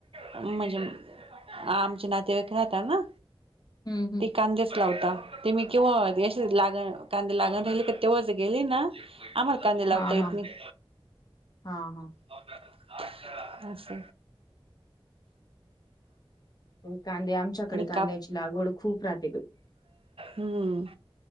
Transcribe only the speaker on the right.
म्हणजे आमचे नाते वाईक राहता ना.
ती कांदेच लावता ते मी केव्हा ज्या दिवशी लागण कांदे लागण राहिले का तेव्हाच गेली ना आम्हाला कांदे लावता
येत
नाही.
<unintelligible> अस.
आणि
काप
हम्म